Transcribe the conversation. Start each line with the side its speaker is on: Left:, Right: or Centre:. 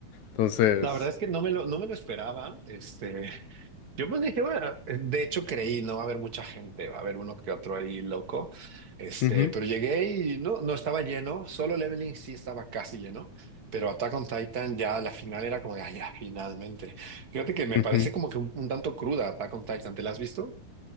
Left: Entonces,
Right: La verdad es que no me lo, no me lo esperaba. Este, Yo pues dije, bueno, eh, de hecho creí, no va a haber mucha gente, va a haber uno que otro ahí loco. Este,
Left: ujú,
Right: pero llegué y no, no estaba lleno, solo Leveling sí estaba casi lleno, pero Attack on Titan ya la final era como de, ah, ya, finalmente. Fíjate que me
Left: ujú.
Right: parece como que un, un tanto cruda Attack on Titan, ¿te la has visto?